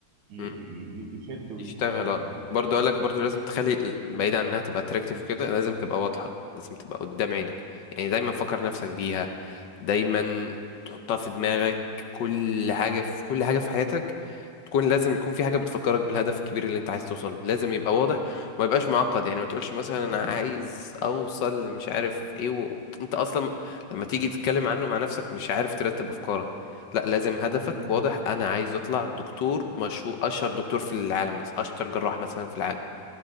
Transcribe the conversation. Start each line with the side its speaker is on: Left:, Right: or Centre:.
Right: ي- ي-
Left: إمم.
Right: ي- يشد ويجتهد
Left: يشتغل اه
Right: يعني
Left: برضه اقول لك برضه لازم تخلي ال- بعيد عن انها تبقى اتراكتيف وكده لازم تبقى واضحه لازم تبقى قدام عينك يعني دايما فكر نفسك بيها دايما تحطها في دماغك كل حاجه في كل حاجه في حياتك تكون لازم يكون في حاجه بتفكرك بالهدف الكبير اللي انت عايز توصل لازم يبقى واضح وما يبقاش معقد يعني ما تقولش مثلا انا عايز اوصل مش عارف ايه و... انت اصلا لما تيجي تتكلم عنه مع نفسك مش عارف ترتب افكارك لا لازم هدفك
Right: مم.
Left: واضح انا عايز اطلع دكتور مشهور اشهر دكتور في العالم مثلا اشطر جراح مثلا في العالم